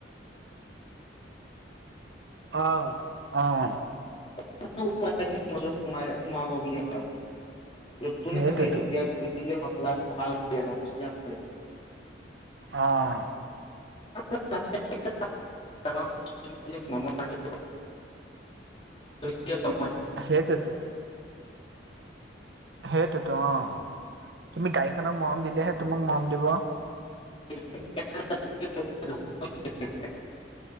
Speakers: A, on the right; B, on the left.
A: আহ অঁ।
B: <unintelligible> সোমাই সোমাব বুলি <unintelligible>
A: সেইটোতো
B: <unintelligible>
A: অঁ।
B: <unintelligible> <unintelligible>
A: সেইটোয়ে তো। সেইটোতো অঁ তুমি গাড়ীখনক মৰম দিলেহে তোমাক মৰম দিব।
B: <unintelligible>